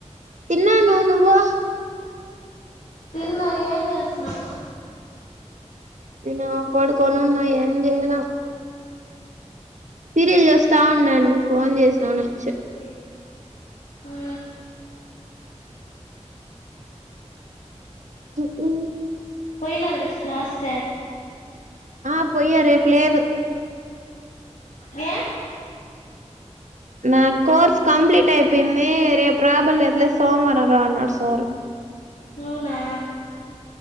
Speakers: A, on the right; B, on the left.
A: తిన్నాను నువ్వు
B: తిన్న ఏం చేస్తున్నావు?
A: నేన పడుకోనన్న ఏం చేయలా సీరియల్ చూస్తా ఉన్నాను. ఫోన్ చేసానవనీ వచ్చ
B: ఏ ఊ
A: చేప్పు
B: పోయినావా ఈ రోజు క్లాస్ కె
A: ఆ పొయ్య రేపు లేదు
B: ఏ
A: నా కోర్స్ కంప్లీట్ అయిపోయింది రేపు ప్రాబ్లం లేదులేదు సోమవారం రా అన్నాడు సార్
B: అవునా